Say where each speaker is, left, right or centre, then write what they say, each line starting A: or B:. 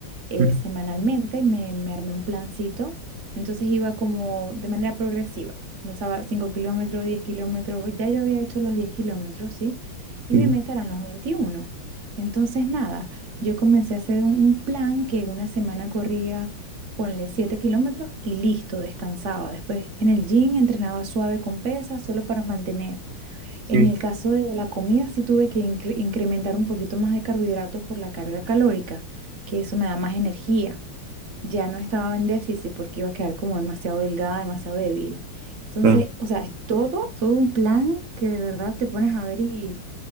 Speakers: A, on the right (about 45°); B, on the right (about 75°).
A: eh,
B: Mm.
A: semanalmente, me, me armé un plancito, entonces iba como de manera progresiva, pensaba 5 kilómetros, 10 kilómetros, ya yo había hecho los 10 kilómetros, ¿sí? Y
B: Sí,
A: mi meta eran los veintiuno Entonces, nada, yo comencé a hacer un, un plan que una semana corría, ponle 7 kilómetros y listo, descansaba. Después en el gym entrenaba suave con pesas solo para mantener.
B: sí.
A: En el caso de la comida, sí tuve que incre- incrementar un poquito más de carbohidratos por la carga calórica, que eso me da más energía. Ya no estaba en déficit porque iba a quedar como demasiado delgada, demasiado débil. Entonces,
B: claro.
A: o sea, es todo, todo un plan que de verdad te pones a ver y